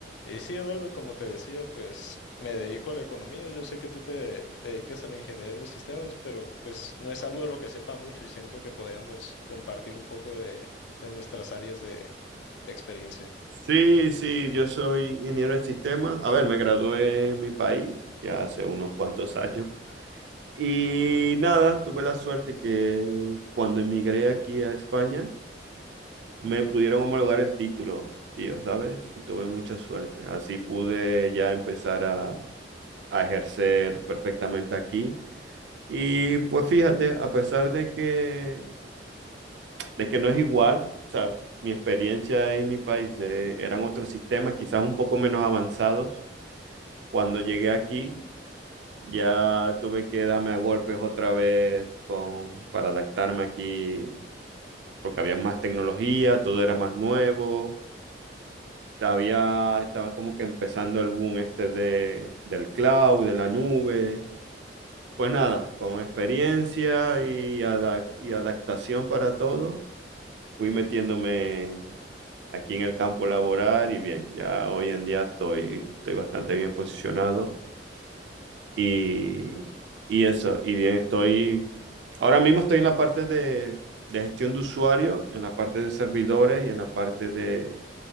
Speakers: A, on the left (about 80°); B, on the right (about 80°).
A: Y sí, Eduardo, como te decía, pues me dedico a la economía. Yo sé que tú te dedicas a la ingeniería en los sistemas, pero pues no es algo de lo que sepa mucho y siento que podríamos compartir un poco de, de nuestras áreas de, de experiencia.
B: Sí, sí, yo soy ingeniero de sistemas. A ver, me gradué en mi país ya hace unos cuantos años. Y nada, tuve la suerte que cuando emigré aquí a España me pudieron homologar el título, tío, ¿sabes? Y tuve mucha suerte. Así pude ya empezar a, a ejercer perfectamente aquí. Y pues fíjate, a pesar de que, de que no es igual, o sea, mi experiencia en mi país eh, eran otros sistemas, quizás un poco menos avanzados Cuando llegué aquí, ya tuve que darme a golpes otra vez con, para adaptarme aquí, porque había más tecnología, todo era más nuevo. Estaba, estaba como que empezando el boom este de, del cloud, de la nube. Pues nada, con experiencia y, adac- y adaptación para todo, fui metiéndome aquí en el campo laboral y bien, ya hoy en día estoy, estoy bastante bien posicionado Y, y eso, y bien, estoy, ahora mismo estoy en la parte de, de gestión de usuario, en la parte de servidores y en la parte de,